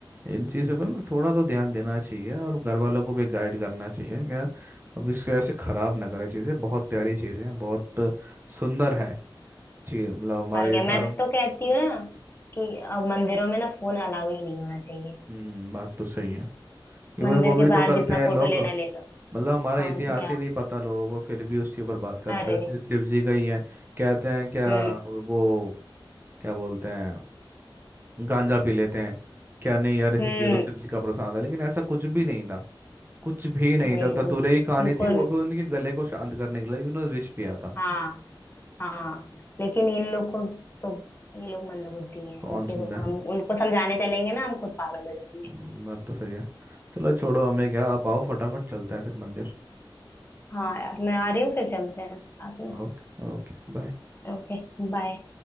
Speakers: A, on the right (about 25°); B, on the left (about 25°).
A: इन चीज़ों पर ना थोड़ा तो ध्यान देना चाहिए और घर वालों को भी गाइड करना चाहिए क्या अब इसको ऐसे खराब ना करें चीज़ें बहुत प्यारी चीज़ें हैं बहुत सुंदर है जी मतलब हमारे
B: और क्या
A: धर्म
B: मैं तो कहती हूँ ना कि अब मंदिरों में ना फोन अलाउ ही नहीं होना चाहिए
A: हम्म बात तो सही है इवन
B: मंदिर
A: वो भी
B: के
A: तो
B: बाहर
A: करते
B: जितना
A: हैं लोग
B: फोटो लेना ले लो
A: मतलब हमारा
B: कौन
A: इतिहास
B: क्या
A: ही नहीं पता लोगों को फिर भी उसके ऊपर बात करता
B: अरे
A: है जैसे शिव जी का ही है कहते हैं क्या
B: हम्म
A: वो क्या बोलते हैं गांजा पी लेते हैं क्या नहीं यार ऐसे
B: हम्म
A: ये तो शिव जी का प्रसाद है लेकिन ऐसा कुछ भी नहीं था कुछ भी नहीं
B: अरे
A: था
B: वो
A: धतूरे की कहानी
B: उनको
A: थी वो भी उनके गले को शांत करने के लिए उन्होंने विष पिया था
B: हाँ हाँ लेकिन इन लोग को तो ये लोग मंदबुद्धि हैं
A: कौन
B: उनके
A: समझा
B: तो हम उनको समझाने चलेंगे ना हम खुद पागल हो जाएंगे
A: हम्म, बात तो सही है चलो छोड़ो हमें क्या आप आओ फटाफट चलते हैं फिर मंदिर
B: हाँ यार मैं आ रही हूँ फिर चलते हैं साथ में
A: Okay okay bye
B: Okay bye